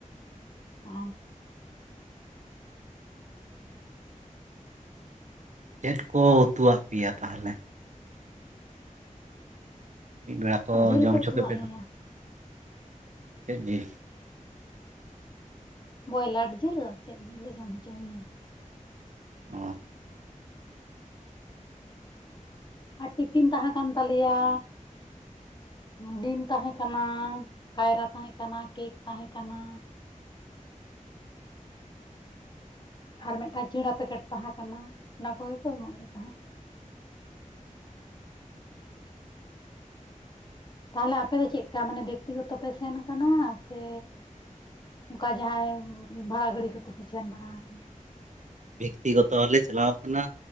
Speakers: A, on the left; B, on the right.
A: ᱦᱮ,
B: ᱪᱮᱫ ᱠᱚ ᱩᱛᱩᱣᱟᱜ ᱯᱮᱭᱟ ᱛᱟᱦᱞᱮ? ᱢᱤᱫ ᱵᱮᱲᱟ ᱠᱚ
A: ᱚ ᱡᱤᱞ
B: ᱡᱚᱢ ᱦᱚᱪᱚ
A: ᱩᱛᱩᱣᱟᱜ
B: ᱠᱮᱫ ᱯᱮ
A: ᱞᱮᱭᱟ
B: ᱫᱚ ᱪᱮᱫ ᱡᱤᱞ?
A: ᱵᱚᱭᱞᱟᱨ ᱡᱤᱞ ᱟᱨ ᱪᱮᱫ ᱡᱤᱞᱮ ᱡᱚᱢ ᱦᱚᱪᱚ ᱢᱮᱭᱟ?
B: ᱚᱻ
A: ᱟᱨ ᱴᱤᱯᱷᱤᱱ ᱛᱟᱦᱮᱸ ᱠᱟᱱ ᱛᱟᱞᱮᱭᱟ᱾ ᱰᱤᱢ ᱛᱟᱦᱮᱸ ᱠᱟᱱᱟ ᱠᱟᱭᱨᱟ ᱛᱟᱦᱮᱸ ᱠᱟᱱᱟ ᱠᱮᱠ ᱛᱟᱦᱮᱸ ᱠᱟᱱᱟ᱾ ᱟᱨ ᱢᱤᱫᱴᱟᱝ ᱪᱮᱲᱟ ᱯᱮᱠᱮᱴ ᱛᱟᱦᱮᱸ ᱠᱟᱱᱟ ᱚᱱᱟ ᱠᱚᱜᱮ ᱠᱚ ᱮᱢᱟᱜ ᱞᱮ ᱛᱟᱦᱮᱸᱫ᱾ ᱛᱟᱦᱚᱞᱮ ᱟᱯᱮ ᱫᱚ ᱪᱮᱫᱠᱟ ᱢᱟᱱᱮ ᱵᱮᱠᱛᱤᱜᱚᱛᱚ ᱯᱮ ᱥᱮᱱ ᱠᱟᱱᱟ ᱥᱮ ᱚᱱᱠᱟ ᱡᱟᱦᱟᱸᱭ ᱵᱷᱟᱲᱟ ᱜᱟᱹᱰᱤ ᱠᱚᱛᱮ ᱯᱮ ᱥᱮᱱ ᱵᱟᱲᱟ ᱟᱠᱟᱱᱟ?
B: ᱵᱮᱠᱛᱤ ᱜᱚᱛᱚ ᱞᱮ ᱪᱟᱞᱟᱣ ᱟᱠᱟᱱᱟ᱾